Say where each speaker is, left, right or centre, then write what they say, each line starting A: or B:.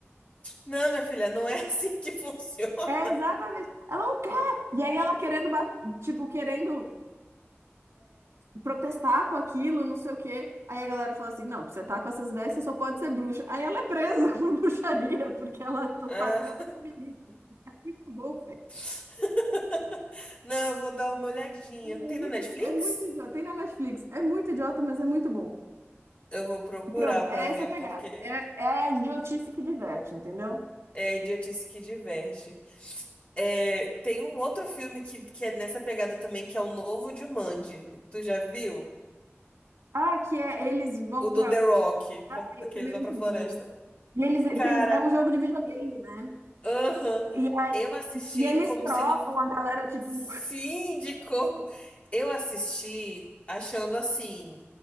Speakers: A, on the left (about 30°); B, on the right (about 80°).
A: Não, minha filha, não é <laughs> assim que funciona.
B: É, exatamente. Ela não quer. E aí ela querendo, ba- tipo, querendo protestar com aquilo, não sei o quê. Aí a galera fala assim, não, pra você tá com essas ideias, você só pode ser bruxa. Aí ela é presa <laughs> por bruxaria, porque ela tá
A: Ah.
B: toda feminista. É Muito bom, velho.
A: <laughs> Não, eu vou dar uma olhadinha.
B: É
A: Tem
B: muito,
A: na Netflix?
B: é muito idiota. Tem na Netflix. É muito idiota, mas é muito bom.
A: Eu vou procurar
B: Pronto,
A: pra
B: é essa
A: ver,
B: a pegada.
A: porque
B: É, é a idiotice que diverte, entendeu?
A: é idiotice que diverte. É, tem um outro filme que, que é nessa pegada também, que é o novo Jumanji. Tu já viu?
B: Ah, que é eles vão
A: O do
B: pra.
A: The Rock, pra,
B: Ai,
A: daqueles
B: também
A: vão
B: é muito
A: pra floresta.
B: bom. E eles,
A: Cara,
B: que eles, é um jogo de videogame, né?
A: aham.
B: E, a-
A: Eu assisti
B: e eles
A: como
B: trocam
A: se não.
B: a galera, tipo.
A: Sim, de corpo. Eu assisti achando assim.